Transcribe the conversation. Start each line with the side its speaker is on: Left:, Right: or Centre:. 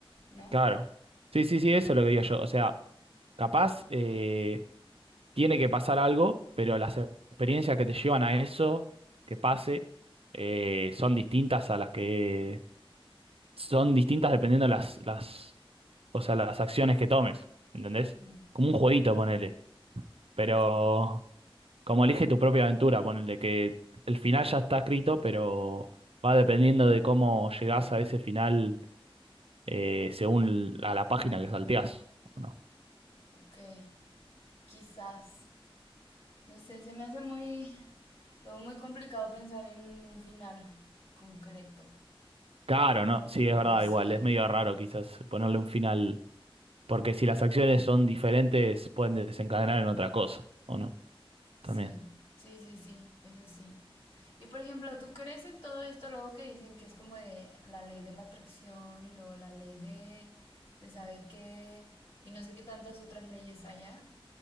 Left: ¿no?
Right: Claro. Sí, sí, sí, eso es lo que digo yo. O sea, capaz eh, tiene que pasar algo, pero las experiencias que te llevan a eso, que pase, eh, son distintas a las que son distintas dependiendo de las, las o sea, las acciones que tomes, ¿entendés?
Left: Ujú.
Right: Como un jueguito, ponele. Pero
Left: Sí.
Right: como elige tu propia aventura, ponele que el final ya está escrito, pero va dependiendo de cómo llegás a ese final eh, según l- a la página que salteás. ¿o no?
Left: Ok, quizás. No sé, se me hace muy, Luego muy complicado pensar en un final concreto,
Right: Claro, ¿no? Sí, es
Left: pero
Right: verdad,
Left: sí,
Right: igual, es medio raro quizás ponerle un final, porque si las acciones son diferentes, pueden desencadenar en otra cosa, ¿o no?
Left: sí,
Right: También.
Left: sí, sí, sí, eso sí. Y por ejemplo, ¿tú crees en todo esto luego que dicen que es como de la ley de la atracción y luego la ley de, de sabe qué y no sé qué tantas otras leyes haya?